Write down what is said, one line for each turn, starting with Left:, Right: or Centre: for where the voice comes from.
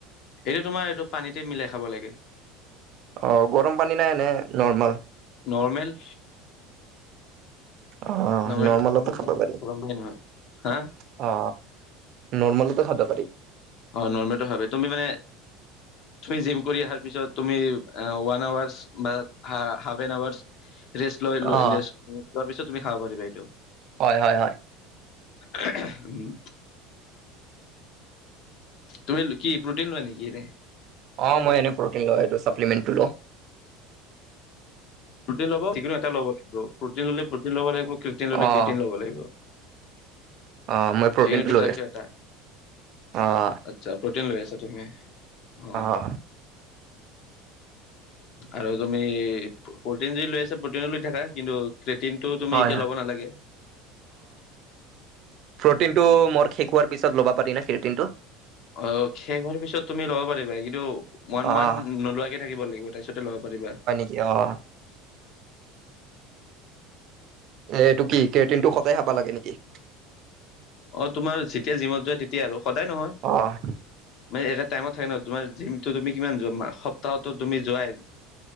Left: এইটো তোমাৰ এইটো পানীতে মিলাই খাব লাগে।
Right: অহ' গৰম পানী নাই নে নৰ্মেল।
Left: নৰ্মেল।
Right: অ'
Left: নৰ্মেল
Right: নৰ্মেলতো
Left: নৰ্মেল
Right: খাব
Left: পানী,
Right: পাৰি অ'।
Left: গৰম পানী নহয় হা
Right: নৰ্মেলতে খাবা পাৰি
Left: অহ' নৰ্মেলতে খাবি তুমি মানে। তুমি জিম কৰি অহাৰ পিছত তুমি ওৱান আৱাৰছ বা হাফ এন আৱাৰছ। ৰেষ্ট লৈ লৈ
Right: অ',
Left: ৰেষ্ট লোৱাৰ পিছত তুমি খাব পাৰিবা এইটো।
Right: হয় হয় হয়।
Left: হুহ উম তুমি কি প্ৰ'টিন লোৱা নেকি এনে।
Right: অহ মই এনে প্ৰ'টিন লও এইটো চাপ্লিমেণ্টো লও।
Left: প্ৰ'টিন লব যিকোনো এটা লব লাগিব প্ৰ'টিন ললে প্ৰ'টিন ল'ব লাগিব ক্ৰিয়েটিন ললে
Right: অ',
Left: ক্ৰিয়েটিন ল'ব লাগিব
Right: অ', মই প্ৰটিনটো
Left: যিকোনো দুটাৰ
Right: লৈ
Left: ভিতৰত
Right: আছোঁ।
Left: এটা
Right: অ',
Left: আচ্ছা প্ৰ'টিন লৈ আছা তুমি অ
Right: অহ।
Left: আৰু তুমি প্ৰ'টিন যি লৈ আছা প্ৰটিনে লৈ থাকা কিন্তু। ক্ৰিটিনটো তুমি
Right: হয়,
Left: এতিয়া ল'ব নালাগে।
Right: ক্ৰিটিনটো মোৰ শেষ হোৱাৰ পিছত ল'ব পাৰি নে ক্ৰিটিটো
Left: অ' শেষ হোৱাৰ পিছত তুমি ল'ব পাৰিবা কিন্তু। বৰ্তমান
Right: অ',
Left: নোলোৱাকে থাকিব লাগিব তাৰপিছতে ল'ব পাৰিবা।
Right: কিয়। এইটো কি ক্ৰিটিনটো সদায় খাবা লাগে নেকি।
Left: অ তোমাৰ যেতিয়া জিমত যোৱা তেতিয়া আৰু সদায় নহয়।
Right: অ',
Left: মানে এটা টাইমত থাকে ন তোমাৰ জিমটো তুমি কিমান যোৱা মাহ সপ্তাহতো তুমি যোৱাই।